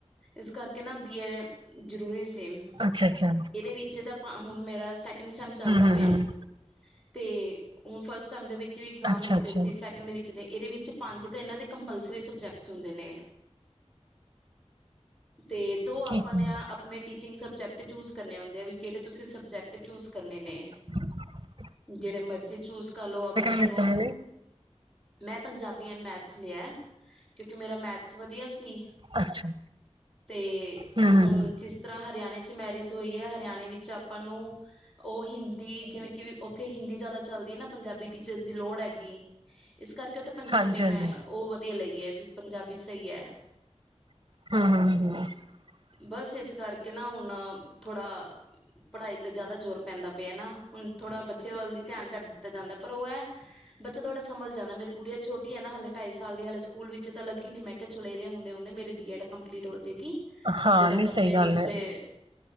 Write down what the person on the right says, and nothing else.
ਅੱਛਾ ਅੱਛਾ ਹੂੰ
ਹੂੰ
ਹੂੰ
ਅੱਛਾ
ਅੱਛਾ
ਠੀਕ
ਹੈ
ਹ <inaudible>
ਲਿੱਤੇ ਹੋਏ ਨੇ
ਅੱਛਾ
ਹੂੰ ਹੂੰ
ਹੂੰ
ਹਾਂਜੀ ਹਾਂਜੀ
<unintelligible>
ਹਾਂ
ਨਹੀਂ
ਸਹੀ ਗੱਲ
ਹੈ